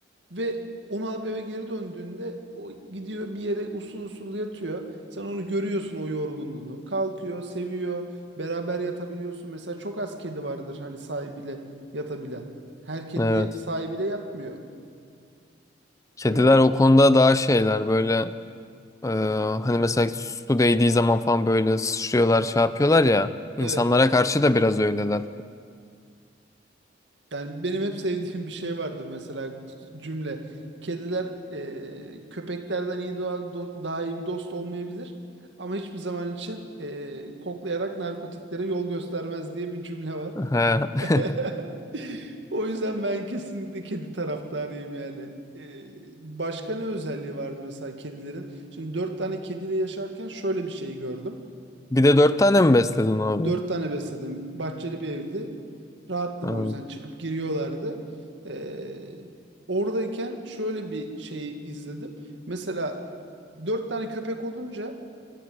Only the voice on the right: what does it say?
Ve onu alıp eve geri döndüğünde o gidiyor bir yere usul usul yatıyor. Sen onu görüyorsun o yorgunluğunu. Kalkıyor, seviyor. Beraber yatabiliyorsun. Mesela çok az kedi vardır hani sahibiyle yatabilen. Her kedi
sahibiyle yatmıyor.
Hani o
evet.
Yani benim hep sevdiğim bir şey vardır mesela cümle. Kediler eee, köpeklerden iyi doğa- do- daha iyi bir dost olmayabilir. Ama hiçbir zaman için eee, koklayarak narkotiklere yol göstermez diye bir cümle var.
<laughs> O yüzden ben kesinlikle kedi taraftarıyım yani. Ee, başka ne özelliği vardı mesela kedilerin? Şimdi dört tane kediyle yaşarken şöyle bir şey gördüm.
Dört tane besledim. Bahçeli bir evdi. Rahattım
o yüzden çıkıp giriyorlardı. Ee, oradayken şöyle bir şey izledim. Mesela dört tane köpek olunca